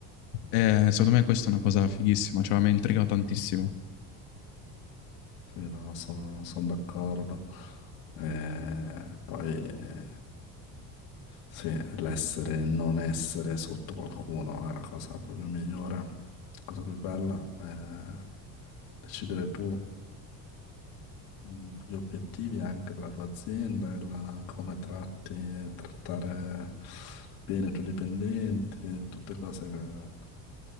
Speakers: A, on the left; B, on the left.
A: eh, secondo me questa è una cosa fighissima, cioè mi ha intrigato tantissimo.
B: Sì, no, sono d'accordo. E poi eh, sì, l'essere e non essere sotto qualcuno è la cosa proprio migliore, la cosa più bella. è decidere tu mh, gli obiettivi anche della tua azienda, il come tratti e trattare bene i tuoi dipendenti, tutte cose che